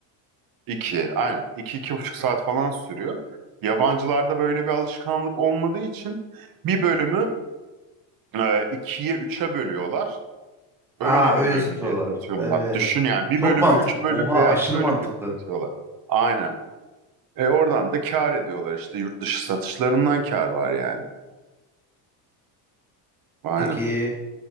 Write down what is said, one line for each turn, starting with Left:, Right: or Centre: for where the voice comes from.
Right: İki aynen İki iki buçuk saat falan sürüyor. Yabancılarda böyle bir alışkanlık olmadığı için bir bölümü e, ikiye üçe bölüyorlar. Öyle
Centre: Aa öyle
Right: bir bölüm
Centre: satıyorlar.
Right: diye satıyorlar.
Centre: Evet.
Right: Düşün yani bir
Centre: Çok
Right: bölümü
Centre: mantıklı.
Right: üç bölüm
Centre: Oha
Right: veya
Centre: aşırı
Right: iki bölüm
Centre: mantıklı.
Right: gibi satıyorlar. Aynen. E oradan da kâr ediyorlar işte yurt dışı satışlarından kâr var yani. Aynen.
Centre: Peki